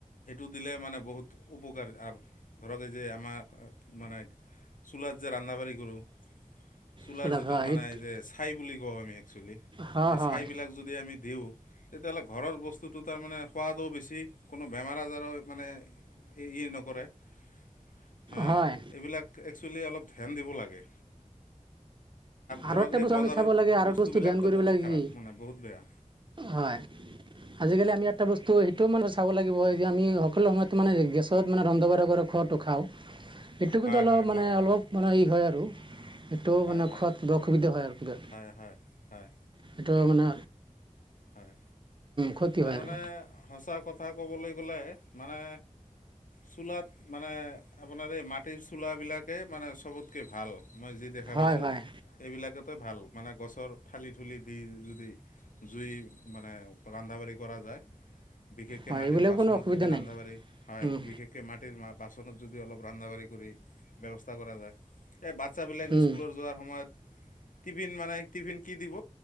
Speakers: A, on the left (about 85°); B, on the right (about 40°).
A: টো দিলে মানে বহুত উপকাৰ আৰ। ধৰক এই যে আমাৰ মানে চুলাত যে ৰান্ধা-বাঢ়ি কৰোঁ। তুলাৰ
B: সুলভ
A: যিটো
B: হয়
A: মানে
B: এইটো
A: যে ছাই বুলি গ'হমীয়া। একচুলি
B: হয়
A: এই
B: হয়
A: ছাইবিলাক যদি আমি দিওঁ, তেতিয়াহ'লে ঘৰৰ বস্তুটো তাৰমানে সোৱাদো বেছি কোনো বেমাৰ আজাৰৰ মানে ই নকৰে। হঁ,
B: হয়
A: এইবিলাক একচুৱেলি অলপ ধ্যান দিব লাগে।
B: আৰু
A: ধৰক
B: এটা
A: এই
B: বস্তু
A: বজাৰৰ
B: আমি চাব লাগে আৰু
A: বস্তুবিলাকতো
B: বস্তু ধ্যান কৰিব
A: বহুত
B: লাগে
A: খাৰাপ
B: কি?
A: মানে বহুত বেয়া
B: হয়, আজিকালি আমি এটা বস্তু টোও মানে চাব লাগিব যে আমি সকলো সময়ত মানে গেছত মানে ৰন্ধ বঢ়া কৰা খোৱাটো খাওঁ এইটো কিন্তু
A: হয়
B: অলপ
A: হয়
B: মানে
A: হয় হয়
B: অলপ মানে ই হয় আৰু। টো
A: হয়
B: মানে
A: হয়
B: খোৱাত কিবা অসুবিধা হয় আৰু কিবা।
A: হয় হয় হয়
B: সেইটো মানে
A: হয়।
B: ক্ষতি
A: তাৰমানে
B: হয় আৰু
A: সঁচা কথা কবলৈ গ'লে মানে চোলাত মানে আপোনাৰ এই মাটিৰ চোলাবিলাকেই মানে চবতকে ভাল। মই যি দেখা
B: হয়
A: পাইছোঁ
B: হয়
A: এইবিলাকেত ত ভাল মানে গছৰ থালি থুলি দি যদি জুই মানে, ৰান্ধা বাঢ়ি কৰা যায়। বিশেষকে
B: হয়
A: মাটিৰ
B: এইবিলাক
A: বাচনত
B: কোনো অসুবিধা
A: যদি
B: নাই
A: ৰান্ধা বাঢ়ি হয়।
B: উম,
A: বিশেষকে মাটিৰ বাচনত যদি অলপ- ৰান্ধা বাঢ়ি কৰি ব্যৱস্থা কৰা যায়্ এ বাচ্ছা বিলাক
B: উম,
A: স্কুলৰ যোৱাৰ সময়ত- টিফিন মানে টিফিন কি দিব,